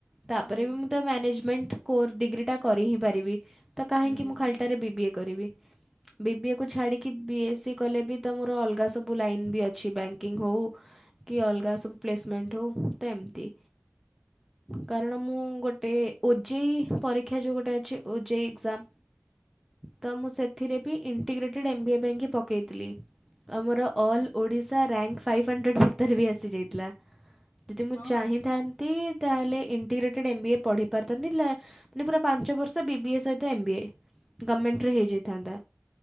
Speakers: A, in the centre; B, on the left.
A: ତାପରେ
B: ହୁଁ
A: ବି ମୁଁ ତା ମ୍ୟାନେଜମେଣ୍ଟ କୋର୍ସ ଡ଼ିଗ୍ରୀଟା କରି ହିଁ ପାରିବି। ତ କାହିଁକି
B: ହୁଁ
A: ମୁଁ ଖାଲିଟାରେ
B: ହୁଁ
A: ବିି ବି ଏ କରିବି? ବିି ବି ଏକୁ ଛାଡ଼ିକି ବି ଏ ସି କଲେ ବି ତ ମୋର ଅଲଗା ସବୁ ଲାଇନ୍ ବି ଅଛି। ବ୍ୟାଙ୍କ୍ ବ୍ୟାଙ୍କିଙ୍ଗ ହଉ, କି ଅଲଗା ସବୁ ପ୍ଲେସମେଣ୍ଟ ହଉ ତ ଏମିତି। କାରଣ ମୁଁ ଗୋଟେ ଓ ଜେ ଇ ପରୀକ୍ଷା ଯୋଉ ଗୋଟେ ଅଛି ଓ ଜେ ଇ ଏକ୍ଜାମ୍ ତ ମୁଁ ସେଥିରେ ବି ଇଣ୍ଟିଗ୍ରେଟେଡ୍ ଏମ୍ ବି ଏ ପାଇଁକି ପକେଇଥିଲି। ଆମର
B: ଆଚ୍ଛା।
A: All Odisha rank five hundred ଭିତରେ ବି ଆସିଯାଇଥିଲା। ଯଦି ମୁଁ
B: ହଁ,
A: ଚାହିଁଥାନ୍ତି ତାହେଲେ ଇଣ୍ଟିଗ୍ରେଟେଡ଼୍ ଏମ୍ ବି ଏ ପଢ଼ି ପାରିଥାନ୍ତି, ମାନେ ପୁରା ପାଞ୍ଚ ବର୍ଷ ବି ବି ଏ ସହିତ ଏମ୍ ବି ଏ। ଗମେଣ୍ଟରେ ହେଇଯାଇଥାନ୍ତା,